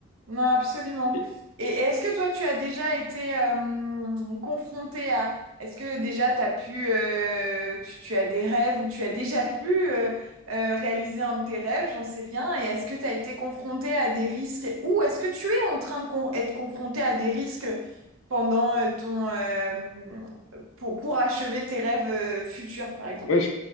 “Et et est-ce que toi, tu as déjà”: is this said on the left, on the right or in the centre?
Right